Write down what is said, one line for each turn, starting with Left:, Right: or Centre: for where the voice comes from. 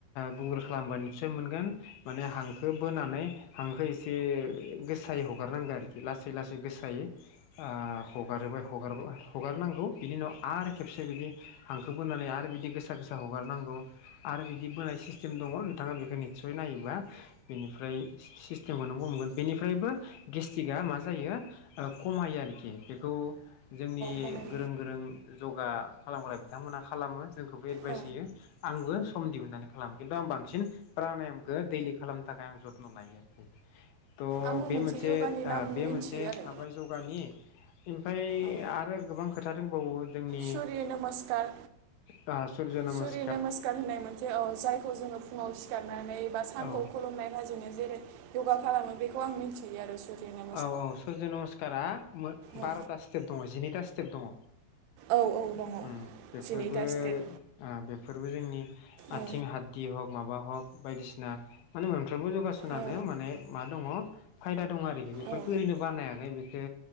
Left: गुगोल खालामबा निसय मोनगोन। माने हांखो बोनानै हांखो एसे गोसायै हगारनांगौ आरोखि लासै लासै गोसा दायै ओ हगारोबाय हगार हगारनांगौ बिनि उनाव आरो खेबसे बिदि हांखो बोनानै आरो बिदि गोसा गोसा हगारनांगौ आरो बिदि बोनाय सिस्टेम दङ नोंथाङा बेखौ निस्सय नायोबा बेनिफ्राय सिस्टेमखौ नोंगौ मोनगोन बेनिफ्रायबो गेस्टिकआ मा जायो ओ खमायो आरोखि बेखौ जोंनि
Right: खमायो
Left: गोरों गोरों जगा खालामग्रा बिथांमोनहा खालामो जोंखौबो एडभाइस
Right: औ
Left: होयो। आंबो सम दिहुननानै खालामो खिन्थु आं बांसिन प्रानायामखौ दैलि खालामनो थाखाय आं जथन' लायो आरो थ'
Right: आंबो
Left: बे मोनसे
Right: यगानि
Left: आ
Right: नाम
Left: बे
Right: मिन्थियो
Left: मोनसे
Right: आरो
Left: थाबाय जगानि ओमफ्राय
Right: औ
Left: आरो गोबां खोथा दंबावो जोंनि
Right: सुर्य नमस्कार
Left: दा सुर नमस
Right: सुर्य नमस्कार होनाय मोनसे जायखौ जोङो फुङाव सिखारनानै बा सानखौ
Left: औ
Right: खुलुमनाय हाजिनो जेरै यगा खालामो बेखौ आं मिथियो आरो सुरिनो
Left: औ-औ सुरज नमस्कारा बार'था
Right: औ
Left: स्टेप दङ जिनैथा स्टेप दङ।
Right: औ औ दङ
Left: उम बेफोरबो
Right: जिनैथा
Left: ओ
Right: स्टेप
Left: बेफोरबो जोंनि आथिं
Right: औ
Left: हादि हग माबा हग बायदिसिना माने मोनफ्रोमबो यगासनानो
Right: औ
Left: माने मा दङ फायदा दङ। बेफोरखौ
Right: औ
Left: ओरैनो बानायाखै बेखौ